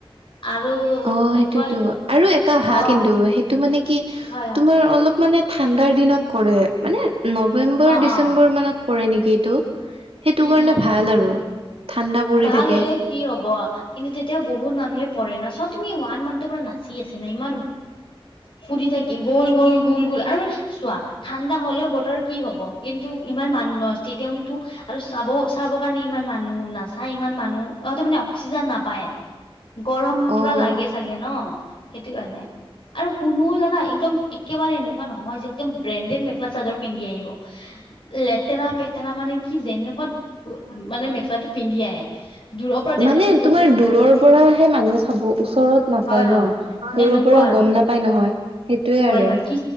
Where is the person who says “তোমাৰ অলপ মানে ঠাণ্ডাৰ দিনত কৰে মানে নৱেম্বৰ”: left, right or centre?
Right